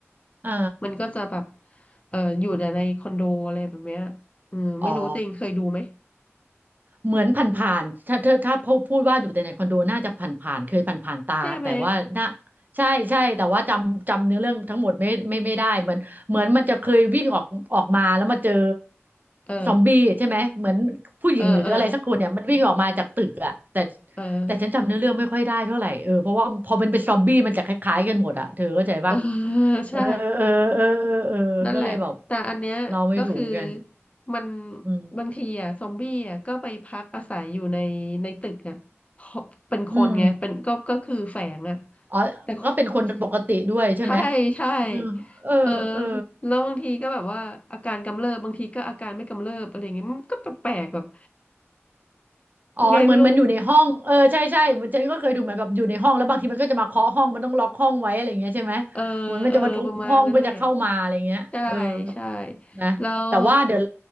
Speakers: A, on the right; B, on the left.
A: เออ
B: มันก็จะแบบเอออยู่แต่ในคอนโดอะไรแบบเนี้ยอืมไม่รู้จริงเคยดูไหม
A: อ๋อ เหมือนผ่านๆถ้าเธอถ้าพูดพูดว่าอยู่แต่ในคอนโดน่าจะผ่านๆเคยผ่านๆตาแต่ว่าน่า
B: ใช่ไหม
A: ใช่ใช่แต่ว่าจำจำเนื้อเรื่องทั้งหมดไม่ไม่ไม่ได้เหมือนเหมือนมันจะเคยวิ่งออกออกมาแล้วมาเจอ
B: เออ
A: ซอมบี้ใช่ไหมเหมือนผู้หญิงหรืออะไรสักคนเนี่ยมันวิ่งออกมาจากตึกอะแต่
B: เออเออ เออ
A: แต่ฉันจำเนื้อเรื่องไม่ค่อยได้เท่าไหร่เออเพราะว่าพอมันเป็นซอมบี้มันจะคล้ายๆกันหมดอะเธอเข้าใจปะ
B: เออ <laughs>
A: เออเออเออเออเออก็เลยแบบ
B: ใช่นั่นแหละ แต่อันเนี้ยก็คือ
A: เราไม่ถูกเหมือนกัน
B: มัน
A: อืม
B: บางทีอ่ะซอมบี้อ่ะก็ไปพักอาศัยอยู่ในในตึกอ่ะเพราะเป็นคนไงเป็นก็ก็คือแฝงอ่ะ
A: อืม อ๋อก็เป็นคนปกติด้วยใช่ไหม
B: แต่ <laughs> ใช่ใช่
A: เออเออเออ
B: เออแล้วบางทีก็แบบว่าอาการกำเริบบางทีก็อาการไม่กำเริบอะไรเงี้ยมันก็แปลกๆแบบ
A: อ๋อเหมือนมันอยู่ในห้องเออใช่ใช่มันฉันก็เคยดูเหมือนแบบอยู่ในห้องแล้วบางทีมันก็จะมาเคาะห้องมันต้องล็อกห้องไว้อะไรอย่างเงี้ยใช่ไหม
B: ไงไม่รู้เออ
A: เหมือนมันจะมาทุบห้องเพื่อจะเข้ามาอะไรอย่างเงี้ยเออ
B: เออประมาณนั้นแหละใช่ใช่
A: นะแต่ว่าเดี๋ยว
B: แล้ว